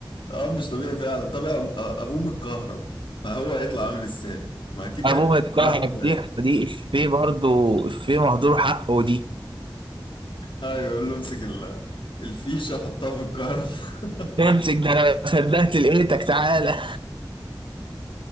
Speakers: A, on the left (about 75°); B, on the right (about 75°).
A: اه مش طبيعي فعلا طلع أبو- ابوه متكهرب فهو هيطلع عامل ازاي ما اكيد
B: ابوه
A: هيطلع
B: متكهرب
A: متكهرب
B: دي دي
A: زي
B: افيه برضه افيه مهدور حقه دي
A: ايوه يقول له امسك ال- الفيشه حطها في الكهرب <laughs>
B: امسك ده انا ما صدقت لقيتك تعالى